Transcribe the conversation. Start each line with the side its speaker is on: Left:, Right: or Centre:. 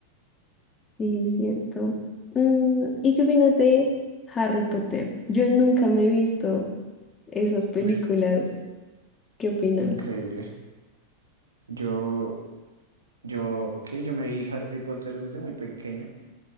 Left: sí, es cierto. Mm, ¿y qué opinas de Harry Potter? Yo nunca me he visto esas películas.
Right: Ush.
Left: ¿Qué opinas?
Right: Increíble. Yo, yo, ¿qué? Yo me vi Harry Potter desde muy pequeño